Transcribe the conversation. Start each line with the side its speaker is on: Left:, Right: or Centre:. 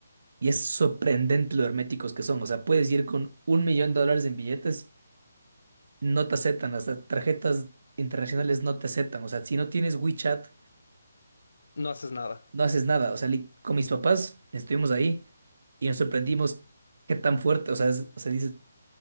Right: y es sorprendente lo herméticos que son. O sea, puedes ir con un millón de dólares en billetes, no te aceptan, las tarjetas internacionales no te aceptan. O sea, si no tienes WeChat,
Left: no haces nada.
Right: no haces nada. O sea, li- con mis papás estuvimos ahí y nos sorprendimos qué tan fuerte, o sea, es- o sea, dices, o